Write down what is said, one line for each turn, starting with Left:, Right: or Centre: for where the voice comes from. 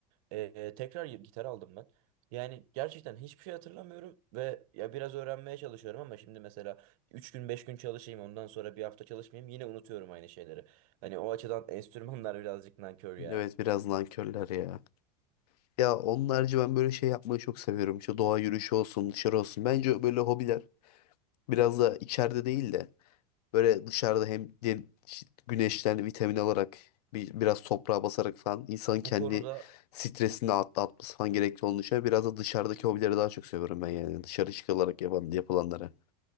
Right: Ee, tekrar gitar aldım ben. Yani gerçekten hiçbir şey hatırlamıyorum ve ya biraz öğrenmeye çalışıyorum ama şimdi mesela 3 gün 5 gün çalışayım ondan sonra bir hafta çalışmayayım yine unutuyorum aynı şeyleri. Hani o açıdan enstrümanlar <laughs> birazcık nankör ya.
Left: Evet biraz nankörler ya. Ya onun harici ben böyle şey yapmayı çok seviyorum. İşte doğa yürüyüşü olsun, dışarı olsun. Bence böyle hobiler biraz da içeride değil de böyle dışarıda hem de- işte güneşten vitamin alarak bir, biraz toprağa basarak falan insanın
Right: Bu
Left: kendi
Right: konuda
Left: stresini atlatması falan gerekli olduğunu düşünüyorum. Biraz da dışarıdaki hobileri daha çok seviyorum ben yani. Dışarı çıkılarak yapan, yapılanlara